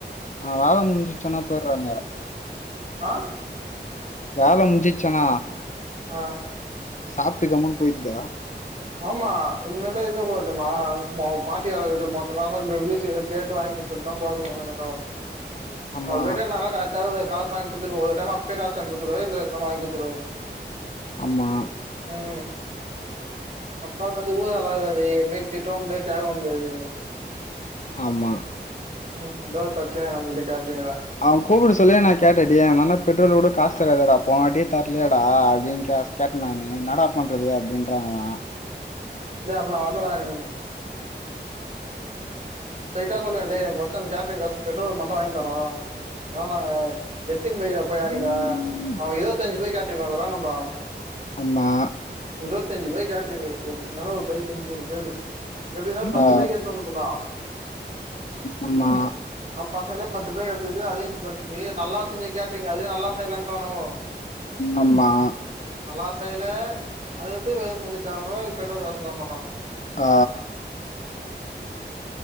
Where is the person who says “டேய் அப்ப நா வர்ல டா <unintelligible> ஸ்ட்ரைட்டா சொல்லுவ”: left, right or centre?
Right